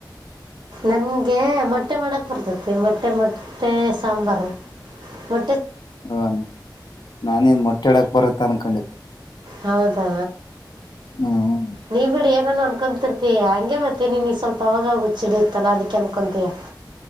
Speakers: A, on the right; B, on the left.
A: ನನ್ಗೆ ಮೊಟ್ಟೆ ಮಾಡಕ್ ಬರ್ತತಿ ಮೊಟ್ಟೆ ಮೊಟ್ಟೆ ಸಾಂಬಾರು ಮೊ
B: ಹೌದನ್ ನಾನೇನ್ ಮೊಟ್ಟೆ ಇಡಕ್ ಬರುತ್ತ ಅನ್ಕೊಂಡಿದ್ದೆ
A: ಹೌದಾ
B: ಹ್ಮ್
A: ನೀವ್ ಬಿಡ ಏನಾನ ಅನ್ಕೊಂತರ್ತ ಮ ಹಂಗೆ ಮತ್ತೆ ನೀನ್ಗ ಸ್ವಲ್ಪ ಅವಾಗುಚ್ಚಿಡ ಇತ್ತಲ್ಲ ಅದಕ್ಕೆ ಅನ್ಕೊಂತೀಯಾ